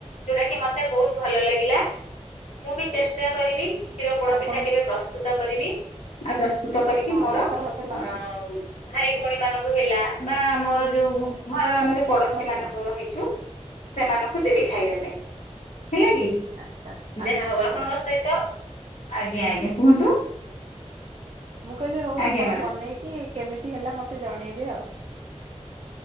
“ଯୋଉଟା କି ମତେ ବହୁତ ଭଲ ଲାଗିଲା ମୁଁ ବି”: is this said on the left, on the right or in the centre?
Left